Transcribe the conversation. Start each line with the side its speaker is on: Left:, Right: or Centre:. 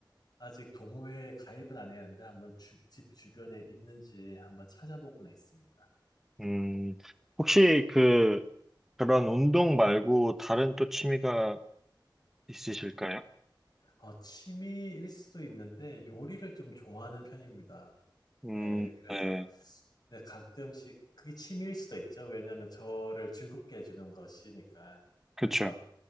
Left: 아직 동호회에 가입은 안 했는데 한번 주- 집 주변에 있는지 한번 찾아보고는 있습니다.
Centre: 음, 혹시 그 그런 운동 말고 다른 또 취미가 있으실까요?
Left: 어, 취미일 수도 있는데 요리를 좀 좋아하는 편입니다.
Centre: 음,
Left: 네, 그래서
Centre: 네,
Left: 네, 가끔씩 그게 취미일 수도 있죠. 왜냐하면 저를 즐겁게 해주는 것이니까. 그래서
Centre: 그렇죠.